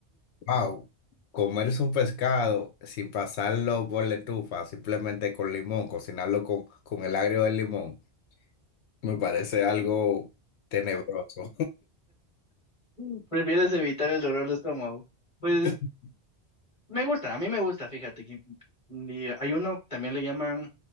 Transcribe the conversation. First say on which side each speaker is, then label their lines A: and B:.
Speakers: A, on the left (about 80°); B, on the left (about 30°).
A: wow, comerse un pescado sin pasarlo por la estufa, simplemente con limón, cocinarlo con, con el agrio del limón, me parece algo tenebroso.
B: Mm, Prefieres evitar el dolor de estómago. Pues
A: <laughs>
B: me gusta, a mí me gusta, fíjate que mm, y hay uno, también le llaman,